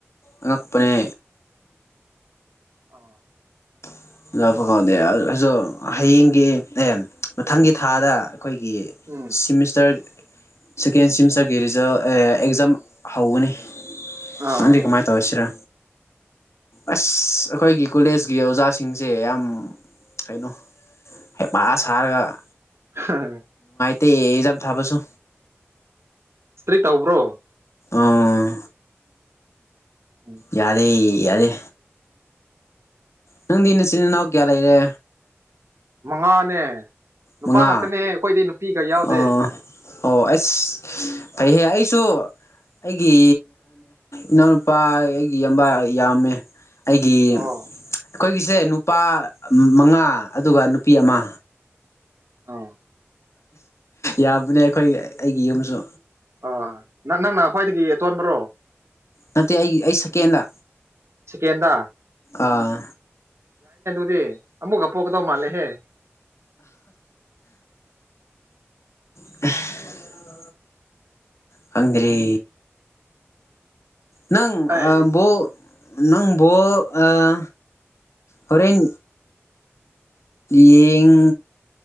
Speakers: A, on the left (about 75°); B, on the right (about 65°).
A: ꯑꯉꯛꯄꯅꯦ
B: ꯑꯥ
A: <unintelligible> ꯑꯩꯁꯨ ꯍꯌꯦꯡꯒꯤ ꯑꯦ ꯃꯊꯪꯒꯤ ꯊꯥꯗ ꯑꯩꯈꯣꯏꯒꯤ
B: ꯎꯝ
A: ꯁꯤꯃꯤꯁꯇꯔ ꯁꯦꯀꯦꯟ ꯁꯤꯃꯤꯁꯇꯔꯒꯤ ꯔꯤꯖꯜ ꯑꯦ ꯑꯦꯛꯖꯥꯝ ꯍꯧꯒꯅꯤ
B: ꯑꯥ
A: ꯅꯪꯗꯤ ꯀꯃꯥꯏ ꯇꯧꯁꯤꯔꯥ ꯑꯁ ꯑꯩꯈꯣꯏꯒꯤ ꯀꯣꯂꯦꯖꯀꯤ ꯑꯣꯖꯥꯁꯤꯡ ꯁꯤꯡꯁꯦ ꯌꯥꯝ ꯀꯩꯅꯣ ꯍꯩꯄꯥ ꯁꯥꯔꯒ
B: ꯍꯝ
A: ꯇꯦ ꯑꯦꯛꯖꯥꯝ ꯊꯥꯕꯁꯨ
B: ꯀꯔꯤ ꯇꯧꯕ꯭ꯔꯣ
A: ꯑꯥ
B: ꯎꯝ
A: ꯌꯥꯔꯦ ꯌꯥꯔꯦ ꯅꯪꯗꯤ ꯅꯆꯤꯟ ꯏꯅꯥꯎ ꯀꯌꯥ ꯂꯩꯔꯦ
B: ꯃꯉꯥꯅꯦ ꯅꯨꯄꯥ
A: ꯃꯉꯥ
B: ꯉꯥꯛꯇꯅꯦꯍꯦ ꯑꯩꯈꯣꯏꯗꯤ ꯅꯨꯄꯤꯒ ꯌꯥꯎꯗꯦ
A: ꯑꯣ ꯑꯣ ꯑꯁ ꯐꯩꯍꯦ ꯑꯩꯁꯨ ꯑꯩꯒꯤ ꯏꯅꯥꯎꯅꯨꯄꯥ ꯑꯩꯒꯤ ꯏꯌꯥꯝꯕꯥ ꯌꯥꯝꯃꯦ ꯑꯩꯒꯤ
B: ꯑꯣ
A: ꯑꯩꯈꯣꯏꯒꯤꯁꯦ ꯅꯨꯄꯥ ꯃꯉꯥ ꯑꯗꯨꯒ ꯅꯨꯄꯤ ꯑꯃ
B: ꯑꯧ
A: ꯌꯥꯝꯕꯅꯦ ꯑꯩꯈꯣꯏ ꯑꯩꯒꯤ ꯌꯨꯝꯁꯨ
B: ꯑꯥ ꯅꯪ ꯅꯪꯅ ꯈ꯭ꯋꯥꯏꯗꯒꯤ ꯑꯇꯣꯟꯕ꯭ꯔꯣ
A: ꯅꯠꯇꯦ ꯑꯩꯒꯤ ꯑꯩ ꯁꯦꯀꯦꯟꯗ
B: ꯁꯦꯀꯦꯟꯗ
A: ꯑꯥ
B: ꯑꯦ ꯑꯃꯨꯛꯀ ꯄꯣꯛꯀꯗꯧ ꯃꯥꯂꯦꯍꯦ
A: ꯑꯦꯍꯦ ꯈꯪꯗ꯭ꯔꯦ ꯅꯪ
B: ꯑꯩ
A: ꯑꯥ ꯕꯣꯜ ꯅꯪ ꯕꯣꯜ ꯑꯥ ꯍꯣꯔꯦꯟ ꯌꯦꯡ